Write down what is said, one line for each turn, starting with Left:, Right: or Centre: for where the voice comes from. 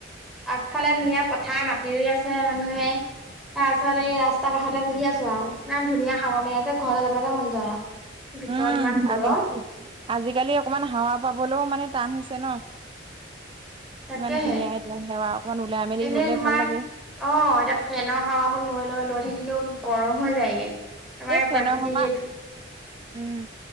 Centre: ইফালে ধুনীয়া পথাৰ মা ই আছে মানুহে তাৰ পাছত এই ৰাস্তা কাষতে বহি আছো। ও ইমান ধুনীয়া হাবা মাৰি আছে ঘৰলৈ যাবলৈকে মন যোৱা নাই। ভিতৰত
Right: উম
Centre: ইমান গৰম
Right: আজাল আজিকালি অকমান হাৱা পাবলৈও মানে টান হৈছে। ছে ন,
Centre: তাকেহে
Right: ইমান ধুনীয়া এতিয়া সেৱা অকমান ওলাই মেলি
Centre: এনেই
Right: গলে
Centre: তোমাৰ
Right: ভাল লাগে।
Centre: অ' এতিয়া ফেনৰ হাৱা বোৰ লৈ লৈ লৈ থাকি িলে গৰম হৈ যায়গে তোমাৰ
Right: এই ফেনৰ
Centre: প্ৰাকৃতিক
Right: হাৱা
Centre: এইটো
Right: উম।